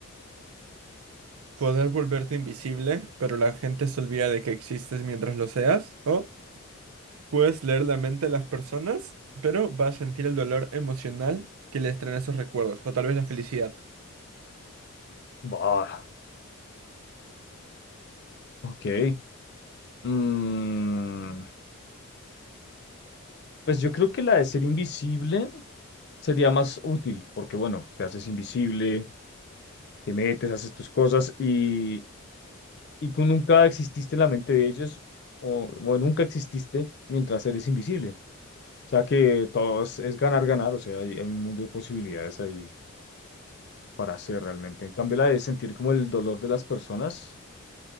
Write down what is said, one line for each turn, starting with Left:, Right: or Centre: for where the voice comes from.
Right: poder volverte invisible, pero la gente se olvida de que existes mientras lo seas? o Puedes leer la mente de las personas, pero vas a sentir el dolor emocional que les traen esos recuerdos, o tal vez la felicidad.
Left: Bah, ok. Mm, pues yo creo que la de ser invisible sería más útil, porque bueno, te haces invisible, te metes, haces tus cosas y, y tú nunca exististe en la mente de ellos o, o nunca exististe mientras eres invisible. O sea que todo es, es ganar, ganar, o sea, hay, hay un mundo de posibilidades ahí para hacer realmente. En cambio, la de sentir como el dolor de las personas.